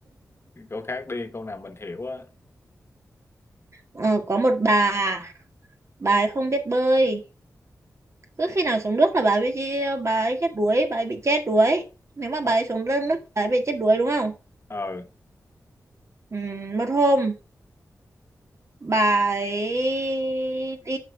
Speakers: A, on the left; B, on the right.
A: ừ, câu khác đi câu nào mình hiểu á
B: ờ, có một bà bà ấy không biết bơi cứ khi nào xuống nước là bà ấy bị bà ấy chết đuối bà ấy bị chết đuối nếu mà bà
A: ờ
B: ấy xuống lên nước bà ấy bị chết đuối đúng không
A: ờ
B: ừ, một hôm bà ấy đi